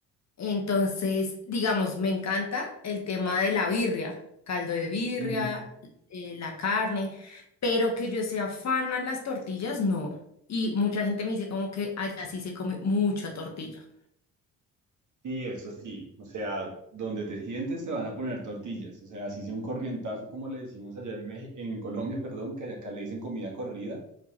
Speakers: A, on the left (about 40°); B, on the right (about 45°).
A: Entonces, digamos, me encanta el tema de la birria, caldo de birria,
B: Ujú.
A: eh, la carne, pero que yo sea fan a las tortillas, no. Y mucha gente me dice como que allá sí se come mucha tortilla.
B: Sí, eso sí. O sea, donde te sientes te van a poner tortillas. O sea, así sea un corrientazo, como le decimos allá en Meji- en Colombia, <laughs> perdón, que allá acá le dicen comida corrida,